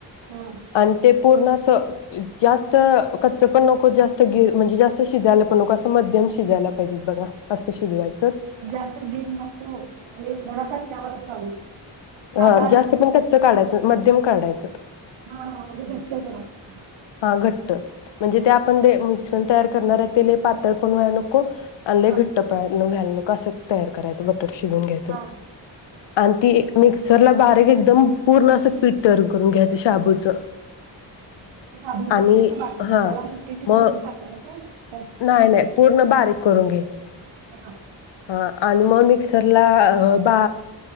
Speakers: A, on the right (about 85°); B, on the left (about 70°).
A: हा
B: आणि ते पूर्ण अ जास्त कच्चं पणं नको जास्त गिल म्हणजे जास्त शिजायला पणं नको असं मध्यमा शि शिजायला पाहिजेत बघा असं शिजवायचं
A: ज्यातं दिन मकू <inaudible> कच्च्यावर असावं साधारण
B: हा जास्त पण कच्च काढायचं मध्यम काढायचं
A: हा हा म्हणजे घट्ट जरासं.
B: हा घट्ट म्हणजे
A: हम्म
B: ते आपण ते मुसून तयार करणार आहे ते लय पातळ पण व्हायला नको आणलय
A: हा.
B: घट्टपाड नॊ व्हयालू कसं तयार करायचं बटर शिजून घ्यायचं
A: हा
B: ना आणि ती मिक्सरला बारीक एकदम पूर्ण असं पीठ तयार करून घ्यायचं शाबूचं
A: साधूच
B: आणि
A: घरा
B: हा
A: ठेव
B: मग
A: तर का
B: नाही नाही पूर्ण बारीक करून घ्यायची
A: हा
B: हा आणि मग मिक्सरला बा